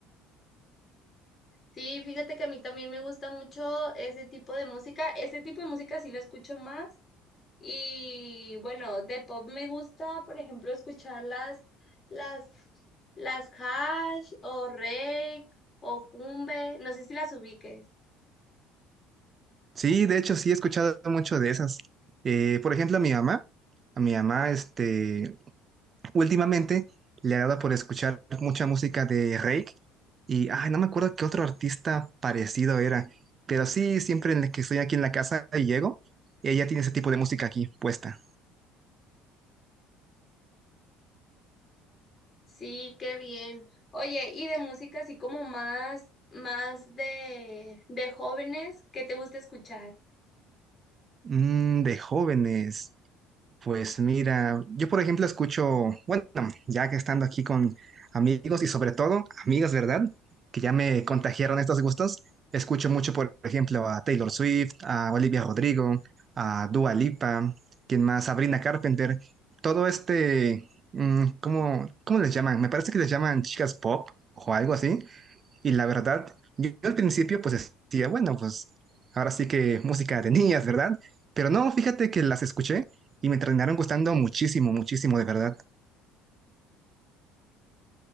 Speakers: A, on the left (about 20°); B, on the right (about 25°).
A: Sí, fíjate que a mí también me gusta mucho ese tipo de música. Ese tipo de música sí lo escucho más. Y bueno, de pop me gusta, por ejemplo, escuchar las, las, las Hash o Rake o Jumbe, no sé si las ubiques.
B: Sí, de hecho sí he escuchado mucho de esas. Eh, por ejemplo, a mi mamá, a mi mamá, este, últimamente le ha dado por escuchar mucha música de Rake y, ay, no me acuerdo qué otro artista parecido era, pero sí, siempre en el que estoy aquí en la casa y llego, ella tiene ese tipo de música aquí puesta.
A: Sí, qué bien. Oye, y de música así como más, más de, de jóvenes, ¿qué te gusta escuchar?
B: Mm, de jóvenes, pues mira, yo por ejemplo escucho, bueno, ya que estando aquí con amigos y sobre todo amigas, ¿verdad? Que ya me contagiaron estos gustos, escucho mucho por ejemplo a Taylor Swift, a Olivia Rodrigo, a Dua Lipa, quien más, Sabrina Carpenter, todo este, mm, ¿cómo, cómo les llaman? Me parece que les llaman chicas pop o algo así. Y la verdad, yo, yo al principio pues decía, bueno, pues ahora sí que música de niñas, ¿verdad? Pero no, fíjate que las escuché y me terminaron gustando muchísimo, muchísimo, de verdad.